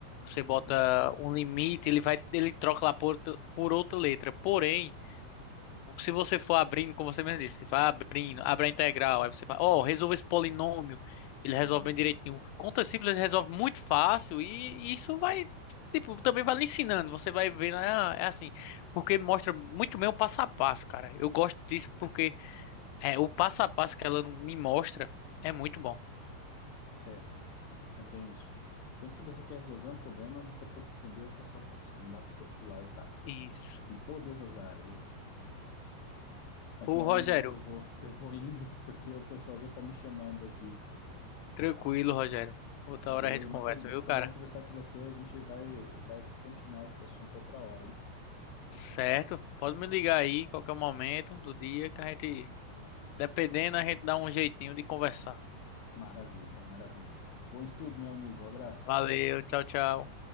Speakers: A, on the left (about 90°); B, on the left (about 70°).
A: Você bota
B: <laughs>
A: um limite, ele vai, ele troca lá por, outra- por outra letra. Porém, se você for abrindo, como você mesmo disse, vai abrindo, abre a integral, aí você fala, ó, resolve esse polinômio. Ele resolve
B: Uhum.
A: bem direitinho. Conta simples ele resolve muito fácil e isso vai, tipo, também vai lhe ensinando. Você vai vendo, ah, é assim, porque mostra muito bem o passo a passo, cara. Eu gosto disso porque é, o passo a passo que ela me mostra é muito bom.
B: É, é bem isso. Sempre que você quer resolver um problema, você tem que entender o passo a passo. Não dá para você pular etapas.
A: Isso.
B: Em todas as áreas, assim, né? Mas,
A: Ô,
B: meu amigo,
A: Rogério,
B: eu vou, eu vou indo, porque o pessoal já está me chamando aqui.
A: tranquilo, Rogério. Outra
B: Beleza?
A: hora a gente conversa,
B: Mas foi, bo-
A: viu,
B: foi
A: cara?
B: bom conversar com você. A gente vai, vai continuar esse assunto outra hora, hein?
A: Certo? Pode me ligar aí, qualquer momento do dia, que a gente, dependendo, a gente dá um jeitinho de conversar.
B: Maravilha, maravilha. Bom estudo, meu amigo. Um abraço.
A: Valeu, tchau, tchau.